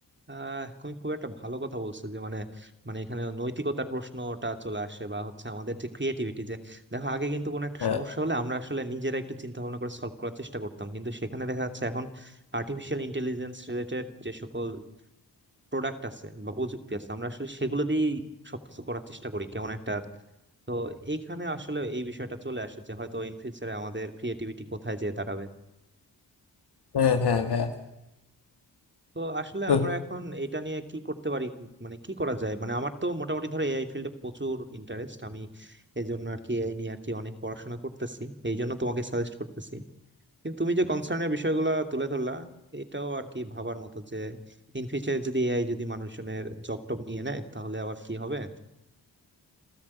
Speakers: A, on the right (about 25°); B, on the left (about 65°).
A: আহ তুমি খুব একটা ভালো কথা বলছো যে মানে মানে এখানে নৈতিকতার প্রশ্নটা চলে আসে বা হচ্ছে আমাদের যে ক্রিয়েটিভিটি যে দেখো আগে কিন্তু কোনো একটা
B: হ্যাঁ
A: সমস্যা হলে আমরা আসলে নিজেরা একটু চিন্তা ভাবনা করে সলভ করার চেষ্টা করতাম কিন্তু সেখানে দেখা যাচ্ছে এখন আর্টিফিশিয়াল ইন্টেলিজেন্স রিলেটেড যে সকল প্রোডাক্ট আছে বা প্রযুক্তি আছে আমরা আসলে সেগুলো দিয়েই সবকিছু করার চেষ্টা করি কেমন একটা তো এইখানে আসলে এই বিষয়টা চলে আসে যে হয়তো ইন ফিউচারে আমাদের ক্রিয়েটিভিটি কোথায় যেয়ে দাঁড়াবে
B: হ্যাঁ হ্যাঁ হ্যাঁ
A: তো আসলে
B: তো
A: আমরা এখন এটা নিয়ে কি করতে পারি মানে কি করা যায় মানে আমার তো মোটামুটি ধরো এআই ফিল্ডে প্রচুর ইন্টারেস্ট আমি এই জন্য আর কি এআই নিয়ে আর কি অনেক পড়াশোনা করতেছি এই জন্য তোমাকে সাজেস্ট করতেছি কিন্তু তুমি যে কনসার্নের বিষয়গুলো তুলে ধরলা এটাও আর কি ভাবার মতো যে ইন ফিউচারে যদি এআই যদি মানুষজনের জব টব নিয়ে নেয় তাহলে আবার কি হবে